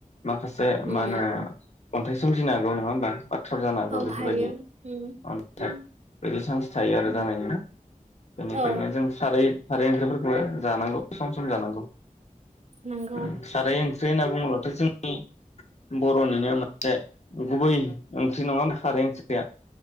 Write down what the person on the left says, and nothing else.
माखासे
मा होनो।
अन्थाइ सोमजिनो हागौ नङा होमबा? बाथ्राव जानो हागौ
बेफोरबायदि
अन्थाइ
बिदि चान्स थायो आरो
जानायनिना बेनिखायनो
जों खारै खारै ओंख्रिफोरखौबो जानांगौ सम सम जानांगौ।
<unintelligible> खारै ख्रै होनना बुङोबथ जोंनि ब रनिनो मोनसे गुबै ओंख्रि नङा होम खारै ओंख्रिया